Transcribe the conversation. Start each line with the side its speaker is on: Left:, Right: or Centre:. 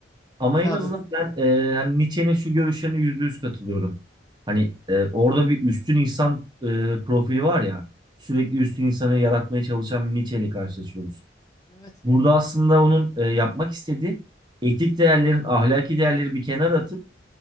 Right: Ama
Left: Tabii.
Right: en azından ben e, hani Nietzsche'nin şu görüşlerine yüzde yüz katılıyorum. Hani e, orada bir üstün insan e, profili var ya sürekli üstün
Left: Hı hı.
Right: insanı yaratmaya çalışan bir Nietzsche ile karşılaşıyoruz.
Left: Evet.
Right: Burada aslında onun e, yapmak istediği etik değerlerin, ahlaki değerleri bir kenara atıp